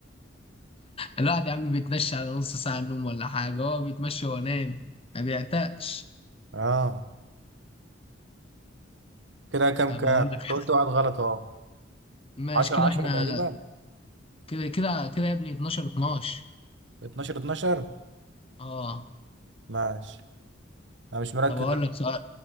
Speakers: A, on the left (about 30°); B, on the right (about 70°).
A: الواحد يا عم بيتمشى على نص ساعة نوم ولا حاجة هو بيتمشى وينام ما بيعتقش
B: اه كده كام
A: طب
B: كام
A: أقول لك
B: انت
A: حاجة.
B: قلت واحد غلط اهو
A: ماشي
B: 10
A: كده
B: 10
A: احنا
B: تقريبا
A: كده كده كده يا ابني 12 12
B: 12 12
A: اه
B: ماشي انا مش مركز
A: طب أقول
B: بس.
A: لك سؤال